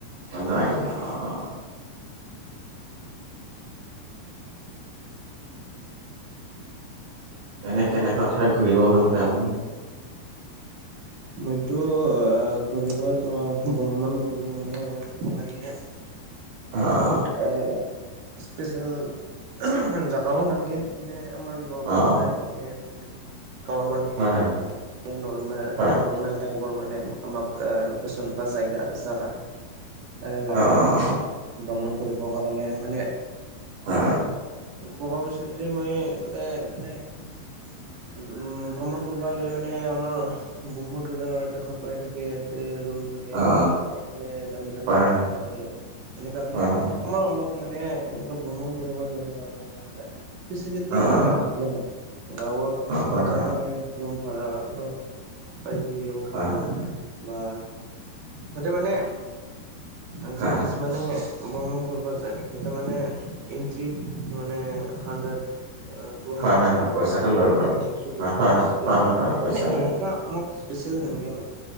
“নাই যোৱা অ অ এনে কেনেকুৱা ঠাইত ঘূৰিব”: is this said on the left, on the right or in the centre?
Right